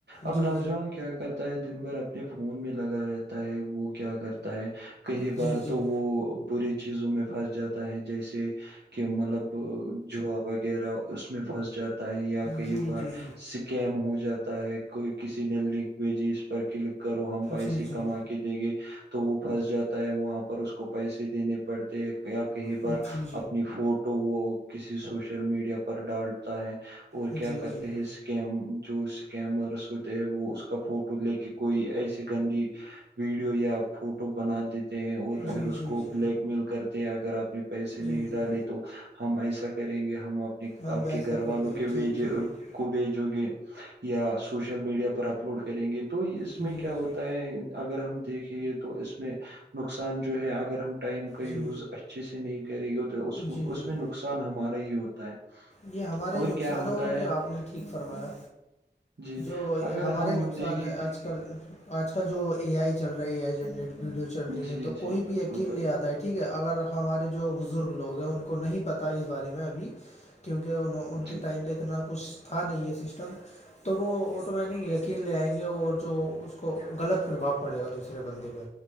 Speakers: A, on the right; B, on the left.
A: اب
B: جی
A: نوجوان
B: جی
A: کیا کرتا ہے دن بھر اب اپنے فون میں لگا رہتا ہے وہ کیا کرتا ہے کئی
B: جی
A: بار
B: جی
A: تو وہ برے چیزوں میں پھنس جاتا ہے جیسے کہ مطلب جوا وغیرہ اس میں پھنس جاتا ہے یا کئی
B: جی
A: بار
B: جی
A: س کیم ہو جاتا ہے کوئی کسی نے لنک بھیجی اس پر کلک کرو ہم پیسے
B: جی جی جی
A: کما دے گے تو وہ پھنس جاتا ہے وہاں پر اس کو پیسے دینے پڑتے ہیں کئی بار
B: جی جی
A: اپنی فوٹو وہ کسی سوشل میڈیا پر ڈالتا ہے اور
B: جی
A: کیا کرتے
B: جی جی جی
A: ہے اسکم جو اسکیمرس ہوتے ہے وہ اس کا فوٹو لے کے کوئی ایسی گندی ویڈیو یا فوٹو بنا دیتے ہیں اور
B: جی
A: پھر اس کو
B: جی
A: بلیک مل کرتے ہیں اگر آپ نے پیسے نہیں
B: جی جی
A: ڈالے تو ہم ایسا کریں گے ہم آ
B: ہم
A: آپ
B: ویسا
A: کے گھر
B: کر
A: والوں
B: دیں گے
A: کے
B: ٹھیک
A: بیج
B: ٹھیک
A: کو بھیجو گے یا سوشل میڈیا پر اپلوڈ کریں گے تو اس
B: جی
A: میں کیا ہوتا ہے اگر ہم دیکھیں گے تو اس میں نقصان جو ہے اگر ہم ٹائم کا یوز
B: جی جی
A: اا اچھے سے نہیں کرے گی تو
B: جی
A: اس
B: جی
A: میں نقصان ہمارا ہی ہوتا ہے
B: یہ ہمارے ہی
A: اور
B: نقصان
A: کیا ہوتا
B: ہے اور کیا آپ نے ٹھیک فرمایا
A: جی
B: جو
A: اگر
B: ہمارے
A: ہم
B: نقصان
A: دیکھیں
B: ہے
A: کہ
B: آج کل آج کل جو اے آئی چل رہا ہے اے آئی جنریٹ ویڈیو چل رہی
A: جی
B: ہے تو کوئی
A: جی بالکل
B: بھی یینل
A: بھائی
B: لے آتا ہے ٹھیک ہے اگر ہمارے جو بزرگ لوگ ہیں ان کو نہیں پتہ اس بارے میں ابھی کیونکہ انہوں ان کے
A: جی
B: ٹائم پہ اتنا کچھ تھا نہیں یہ سسٹم تو وہ آٹومیٹک یقین لے آئیں گے اور جو اس کو غلط پربھؤ پڑے گا دوسرے بندے پہ